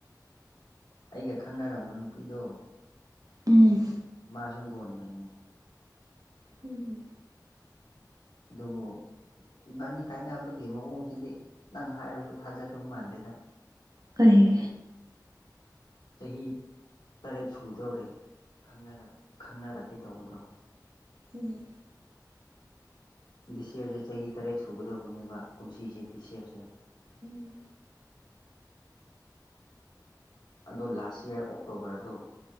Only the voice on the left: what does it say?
ꯑꯩꯒ ꯈꯪꯅꯔꯝꯕ ꯅꯨꯄꯤꯗꯣ
ꯃꯥꯁꯨ ꯒꯣꯟꯃꯩꯅꯦ
ꯑꯗꯨꯕꯨ ꯏꯕꯥꯅꯤ ꯀꯥꯏꯅꯕꯒꯤ ꯃꯑꯣꯡꯁꯤꯗꯤ ꯅꯪ ꯍꯥꯏꯔꯁꯨ ꯊꯥꯖꯗꯧ ꯃꯥꯟꯗꯦꯗ
ꯆꯍꯤ ꯇꯔꯦꯠ ꯁꯨꯗꯧꯔꯦ ꯈꯪꯅꯔꯛ- ꯈꯪꯅꯔꯛꯀꯦ ꯇꯧꯕꯗꯣ
ꯗꯤꯁ ꯌꯔꯁꯦ ꯆꯍꯤ ꯇꯔꯦꯠ ꯁꯨꯒꯗꯧꯕꯅꯦꯕ ꯀꯨꯝꯁꯤꯁꯦ ꯗꯤꯁ ꯌꯔꯁꯦ
ꯑꯗꯣ ꯂꯥꯁ ꯌꯥꯔ ꯑꯣꯛꯇꯣꯕꯔꯗꯣ